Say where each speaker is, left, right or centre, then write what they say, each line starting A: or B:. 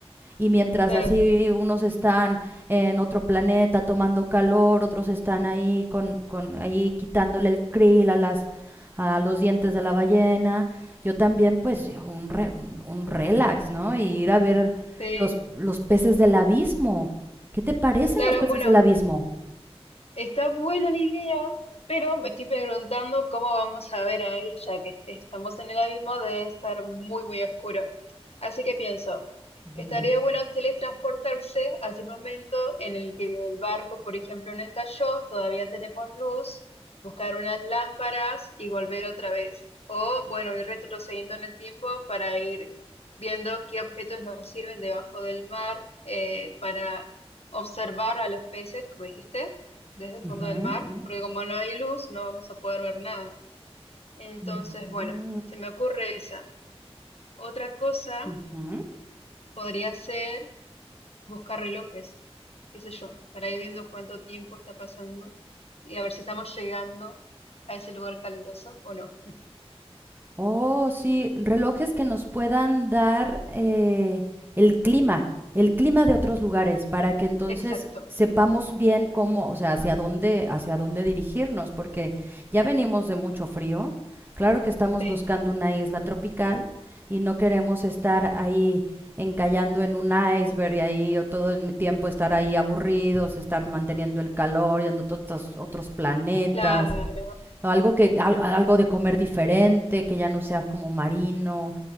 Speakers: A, on the right; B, on the left.
A: y mientras
B: Claro,
A: así unos están en otro planeta tomando calor, otros están ahí con, con ahí quitándole el krill a las a los dientes de la ballena. Yo también pues un, re- un, un relax, ¿no? Y ir a ver
B: sí.
A: los los peces del abismo. ¿Qué te parecen
B: Claro,
A: los peces
B: bueno,
A: del abismo?
B: está buena la idea, pero me estoy preguntando cómo vamos a ver ahí, ya que estamos en el abismo de estar muy, muy oscuro. Así que pienso,
A: Ujú,
B: estaría bueno teletransportarse hacia un momento en el que el barco, por ejemplo, no encalló, todavía tenemos luz, buscar unas lámparas y volver otra vez. O, bueno, ir retrocediendo en el tiempo para ir viendo qué objetos nos sirven debajo del mar eh, para observar a los peces, como dijiste, desde el
A: ujú,
B: fondo del mar, porque como no hay luz, no vamos a poder ver nada. Entonces,
A: ujú,
B: bueno, se me ocurre esa. Otra cosa
A: ujú. ujú.
B: podría ser buscar relojes, qué sé yo, para ir viendo cuánto tiempo está pasando y a ver si estamos llegando a ese lugar caluroso o no.
A: Oh, sí, relojes que nos puedan dar eh, el clima, el clima de otros lugares, para que entonces
B: Exacto,
A: sepamos bien cómo, o sea, hacia dónde, hacia dónde dirigirnos, porque ya venimos de mucho frío. Claro que estamos
B: sí,
A: buscando una isla tropical y no queremos estar ahí encallando en un iceberg y ahí o todo el tiempo estar ahí aburridos, estar manteniendo el calor, yendo a todos estos otros planetas
B: claro,
A: o algo que al- algo de comer diferente, que ya no sea como marino.